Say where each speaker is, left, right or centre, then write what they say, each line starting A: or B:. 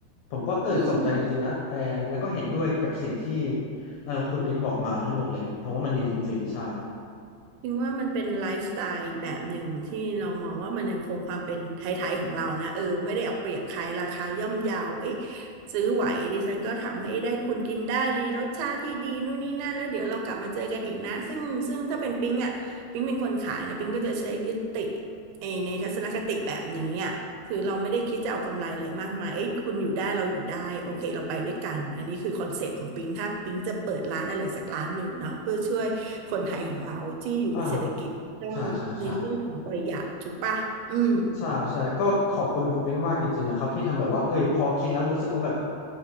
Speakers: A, on the left (about 65°); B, on the right (about 80°).
A: ผมก็เออสนใจจริงๆนะเออแล้วก็เห็นด้วยกับสิ่งที่
B: อืม
A: เออคุณปิงบอกมาทั้งหมดเลยผมว่ามันดีจริงๆใช่
B: จริงว่ามันเป็นไลฟ์สไตล์แบบหนึ่งที่เรามองว่ามันยังคงความเป็นไทยๆของเรานะเออไม่ได้เอาเปรียบใครราคาย่อมเยาเอ้ยซื้อไหวดิฉันก็ทำให้ได้คุณกินได้ในรสชาติที่ดีนู่นนี่นั่นแล้วเดี๋ยวเรากลับมาเจอกันอีกนะซึ่งซึ่งถ้าเป็นปิ๊งอ่ะปิ๊งเป็นคนขายนะปิ๊งก็จะใช้ยึดติดไอในทัศนคติแบบนี้อ่ะ คือเราไม่ได้คิดจะเอากำไรอะไรมากมายเอ้ยคุณอยู่ได้เราอยู่ได้โอเคเราไปด้วยกันอันนี้คือคอนเซ็ปต์ของปิงถ้าปิงจะเปิดร้านอะไรสักร้านหนึ่งเนาะเพื่อช่วยคนไทยของเราที่อยู่ในเศรษฐกิจต้องในเรื่องของประหยัดถูกปะอืม
A: อ่า ใช่ใช่ใช่ใช่ใช่ก็ขอบคุณคุณเบ้งมากจริงๆนะครับที่ทำแบบว่าเออพอคิดแล้วรู้สึกว่าแบบ